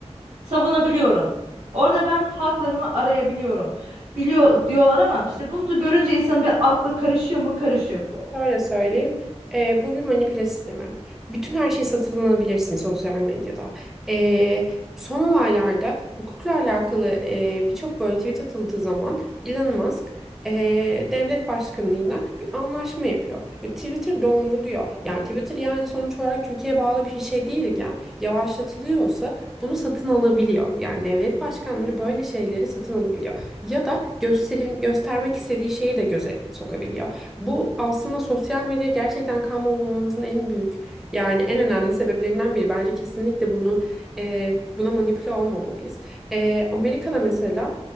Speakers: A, on the right; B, in the centre.
A: savunabiliyorum orada ben haklarımı arayabiliyorum biliyor diyorlar ama işte bunu da görünce insan bir aklı karışıyor mu karışıyor
B: Şöyle söyleyeyim. Ee, bu bir manipüle sistemi. Bütün her şey satın alabilirsin sosyal medyada. Ee, son olaylarda hukukla alakalı e, birçok böyle tweet atıldığı zaman Elon Musk e, devlet başkanlığıyla bir anlaşma yapıyor. Ve Twitter donduruluyor. Yani Twitter yani sonuç olarak Türkiye'ye bağlı bir şey değilken yavaşlatılıyorsa bunu satın alabiliyor. Yani devlet başkanları böyle şeyleri satın alabiliyor. Ya da gösterim, göstermek istediği şeyi de göze sokabiliyor. Bu aslında sosyal medya gerçekten kalmamamızın en büyük yani en önemli sebeplerinden biri. Bence kesinlikle bunu e, buna manipüle olmamalıyız. E, Amerika'da mesela